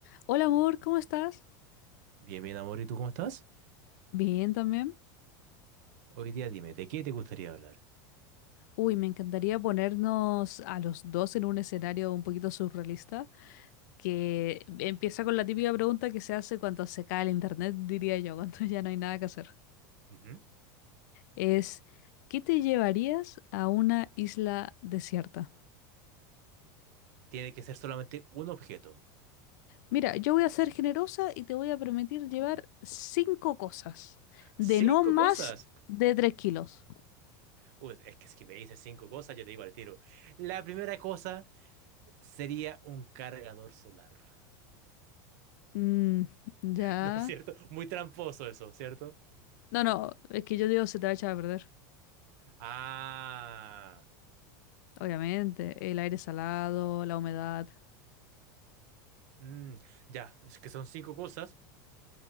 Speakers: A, on the left (about 65°); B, on the right (about 60°).
A: Hola amor, ¿cómo estás?
B: Bien, bien, amor, ¿y tú cómo estás?
A: Bien también.
B: Hoy día dime, ¿de qué te gustaría hablar?
A: Uy, me encantaría ponernos a los dos en un escenario un poquito surrealista, que empieza con la típica pregunta que se hace cuando se cae el internet, diría yo, <laughs> cuando ya no hay nada que hacer.
B: Ujú.
A: Es, ¿qué te llevarías a una isla desierta?
B: Tiene que ser solamente un objeto.
A: Mira, yo voy a ser generosa y te voy a permitir llevar cinco cosas, de
B: ¡Cinco
A: no más
B: cosas!
A: de tres kilos.
B: Uy, es que si me dices cinco cosas, yo te digo al tiro. La primera cosa sería un cargador solar.
A: Mm,
B: <laughs>
A: ya.
B: ¿No es cierto? Muy tramposo eso, ¿cierto?
A: No, no, es que yo digo se te va a echar a perder.
B: Ah,
A: Obviamente, el aire salado, la humedad.
B: mm, ya, es que son cinco cosas.